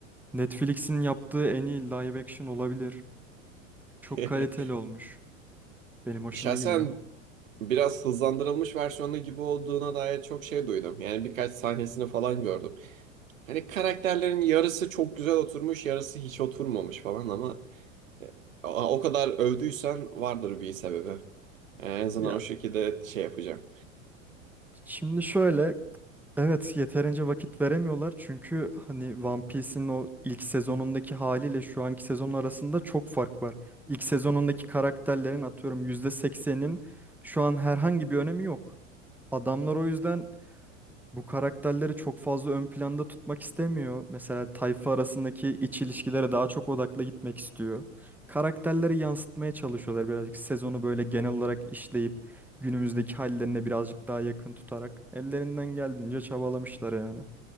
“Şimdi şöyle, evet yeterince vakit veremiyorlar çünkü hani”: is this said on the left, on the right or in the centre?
Centre